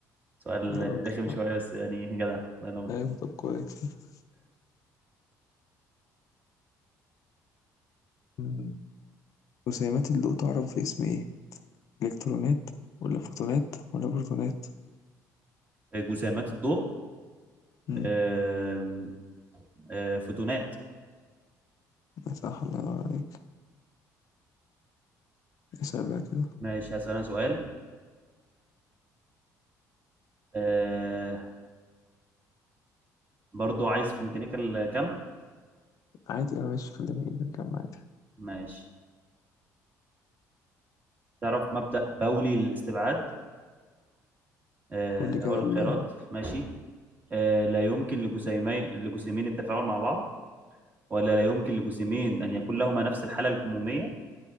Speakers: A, on the right; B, on the left.
A: سؤال
B: يا راجل
A: رخم
B: طب.
A: شوية بس يعني جدع الله ينور
B: أيوة طب كويس مم. رسيمات الضوء تعرف باسم إيه الكترونات ولا فوتونات ولا بروتونات
A: <laughs> جسيمات الضوء
B: امم
A: أم، أه، فوتونات
B: صح الله ينور عليك اسال بقى كده
A: ماشي هسأل أنا سؤال آه، برضو عايز في ميكانيكال كم
B: عادي اه ماشي خلينا نكمل عادي
A: ماشي تعرف مبدأ بولي للاستبعاد آه،
B: قول لي كده
A: أقول لك
B: ال-
A: خيارات ماشي آه، لا يمكن لجسيمين لجسيمين التفاعل مع بعض ولا لا يمكن لجسيمين أن يكون لهما نفس الحالة الكمومية